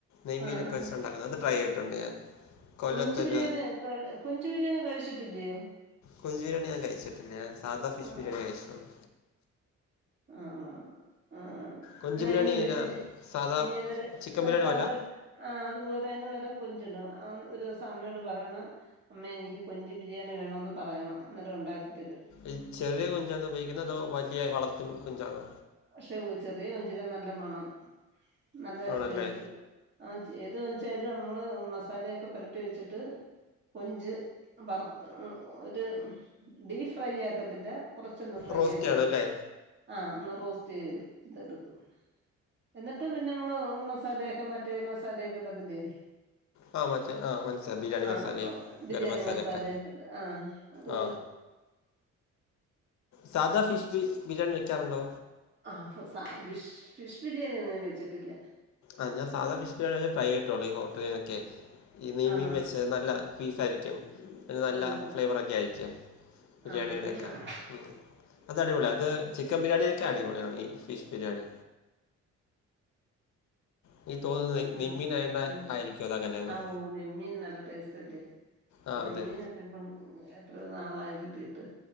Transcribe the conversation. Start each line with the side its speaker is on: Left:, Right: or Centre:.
Left: നെയ്മീനൊക്കെ
Right: ആഹാ
Left: വെച്ച് ഉണ്ടാക്കുന്ന അത് ട്രൈ ചെയ്തിട്ടുണ്ട് ഞാൻ കൊല്ലത്തൊരു
Right: കൊഞ്ച് ബിരിയാണി കൊഞ്ച് ബിരിയാണി കഴിച്ചിട്ടില്ലയോ
Left: കൊഞ്ചു ബിരിയാണി ഞാൻ കഴിച്ചട്ടില്ല ഞാൻ സാധ ഫിഷ്
Right: ആഹ്
Left: ബിരിയാണിയെ കഴിച്ചിട്ടുള്ളൂ
Right: ആണോ ആഹ് ആഹ്
Left: കൊഞ്ച്
Right: എന്ന
Left: ബിരിയാണി
Right: ഇഞ്
Left: ഇങ്ങനെ
Right: വിട്
Left: സാധാ
Right: ഇനി അന്നേര
Left: ചിക്കൻ ബിരിയാണി
Right: സാധാ
Left: പോലെ
Right: ആ അതുപോലെ തന്നെ ഓരോ കൊഞ്ചിടും ഒരു ദിവസം അമ്മയോട് പറയണം അമ്മേ എനിക്ക് കൊഞ്ച് ബിരിയാണി വേണോന്ന് പറയണം അന്നേരം ഉണ്ടാക്കി തരും
Left: ഈ ചെറിയ കൊഞ്ചാന്നോ ഉപയോഗിക്കുന്നതോ വലിയ വളർത്തു കൊഞ്ചാണോ
Right: പക്ഷെ ചെറിയ കൊഞ്ചിന നല്ല മണം നല്ല
Left: ആണല്ലേ
Right: ടേസ്റ്റ് ആ ഏത് കൊഞ്ചായാലും നമ്മള് മസാലൊക്കെ പുരട്ടി വെച്ചിട്ട് കൊഞ്ച് വറുത്ത് ഒരു ഡീ ഫ്രൈ ആക്കത്തില്ല കുറച്ചൊന്നും ഫ്രൈ
Left: റോസ്റ്റ്
Right: ആക്കിയെടുക്കും
Left: ആണോ അല്ലേ
Right: ആഹ് ഒന്ന് റോസ്റ്റ് ചെയ്തെടുക്കും എന്നിട്ട് പിന്നെ നമ്മള് മസാലയൊക്കെമ മറ്റേ മസാലൊക്കെ ഇടത്തില്ലേ
Left: ആ മറ്റേ ആ മനസ്സിലായി ബിരിയാണി
Right: ആഹ്
Left: മസാലയും
Right: ബിരിയാണി
Left: ഗരം മസാലയൊക്കെ
Right: മസാല ഒക്കെ ഇടുലെ ആഹ് അത് പോലെ
Left: ആ സാധ ഫിഷ് ഫിഷ് ബിരിയാണി വെക്കാറുണ്ടോ
Right: ആഹ് ഫിഷ് ഫിഷ് ബിരിയാണി ഒന്നും വെച്ചിട്ടില്ല
Left: ആഹ് ഞാൻ സാധ ഫിഷ് ബിരിയാണി ഒക്കെ ട്രൈചെയ്തിട്ടുള്ളൂ ഈ ഹോട്ടലിലൊക്കെ ഈ നെയ്മീ
Right: ആണോ
Left: വെച്ച് നല്ല പീസായിരിക്കും നല്ല
Right: ഓഹ്
Left: ഫ്ലേവറൊക്കെ ആയിരിക്കും ബിരിയാണിയുടെ
Right: ആണോ
Left: ഒക്ക
Right: ഞാ-
Left: ഉം അത് അടിപൊളി അത് ചിക്ക് ചിക്കൻബിരിയാണി ഒക്കെ അടിപൊളിയാണ് ഈ ഫിഷ് ബിരിയാണി എനിക്ക് തോന്നുന്നത് നെ- നെയ്മീനായതുകൊണ്ട്
Right: ആഹ് ഉം
Left: ആയിരിക്കും അതങ്ങനെയെന്ന്
Right: ആഹ് ഓ നെമ്മീൻ നല്ല ടേസ്റ്റ് അല്ലേ
Left: ആ
Right: നെമ്മീൻ
Left: അതെ
Right: ഒക്കെ അം എത്രയോ നാളായി കിട്ടീട്ട്